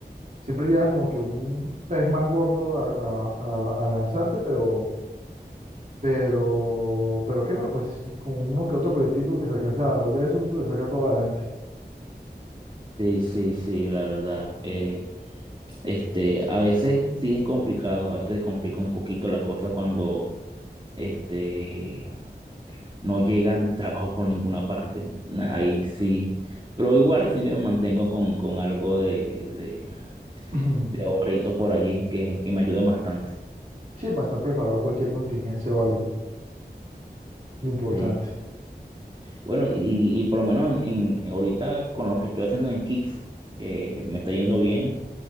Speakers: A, on the right; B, on the right.
A: siempre llega como que un pez más gordo a, a- a- a lanzarse, pero, pero, pero qué, pero pues con uno que otro proyectico que se alcance a agarrar de esos, se saca todo adelante.
B: Sí, sí, sí, la verdad. eh, este, a veces sí es complicado, a veces complica un poquito la cosa cuando este no llegan <laughs> trabajo por ninguna parte. Na- Ahí sí. Pero igual siempre me mantengo con, con algo de, de,
A: <clears throat>
B: de ahorritos por allí que, que me ayudan bastante.
A: Sí, para estar preparado cualquier contingencia o algo, lo importante.
B: Sí. Bueno, y, y por lo menos en, en- ahorita con lo que estoy haciendo en Kicks, que me está yendo bien,